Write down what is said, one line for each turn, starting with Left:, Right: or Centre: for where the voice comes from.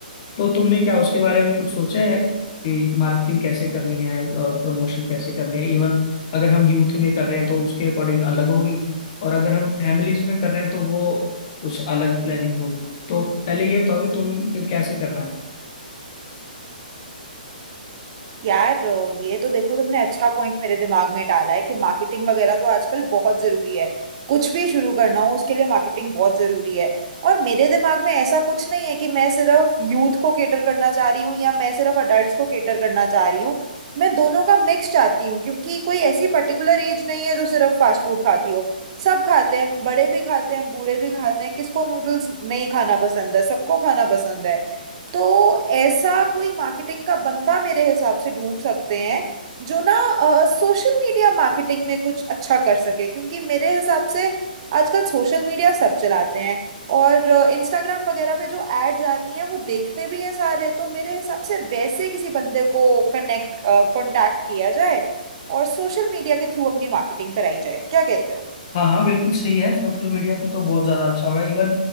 Left: तो तुमने क्या उसके बारे में कुछ सोचा है कि मार्केटिंग कैसे करनी है और प्रमोशन कैसे करनी है इवन अगर हम यूथ में कर रहे हैं तो उसके अकॉर्डिंग अलग होगी और अगर हम फैमिलीज में कर रहे हैं तो वो कुछ अलग प्लानिंग होगी तो पहले ये बताओ कि तुम फिर कैसे करना है
Right: यार ये तो देखो तुमने अच्छा पॉइंट मेरे दिमाग में डाला है कि मार्केटिंग वगैरह तो आजकल बहुत जरूरी है कुछ भी शुरू करना हो उसके लिए मार्केटिंग बहुत जरूरी है और मेरे दिमाग में ऐसा कुछ नहीं है कि मैं सिर्फ यूथ को केटर करना चाह रही हूँ या मैं सिर्फ अडल्ट को केटर करना चाह रही हूँ मैं दोनों का मिक्स चाहती हूँ क्योंकि कोई ऐसी पर्टिकुलर एज नहीं है जो सिर्फ फास्ट फूड खाती हो सब खाते हैं बड़े भी खाते हैं बूढ़े भी खाते हैं किसको नूडल्स नहीं खाना पसंद है सबको खाना पसंद है तो ऐसा कोई मार्केटिंग का बंदा मेरे हिसाब से ढूंढ सकते हैं जो ना सोशल मीडिया मार्केटिंग में कुछ अच्छा कर सके क्योंकि मेरे हिसाब से आजकल सोशल मीडिया सब चलाते हैं और इंस्टाग्राम वगैरह पे जो एड्स आती हैं वो देखते भी हैं सारे तो मेरे हिसाब से वैसे किसी बंदे को कनेक्ट कांटेक्ट किया जाए और सोशल मीडिया के थ्रू अपनी मार्केटिंग कराई जाए क्या कहते हो
Left: हाँ हाँ बिल्कुल सही है सोशल मीडिया पे तो बहुत ज़्यादा अच्छा होगा इवन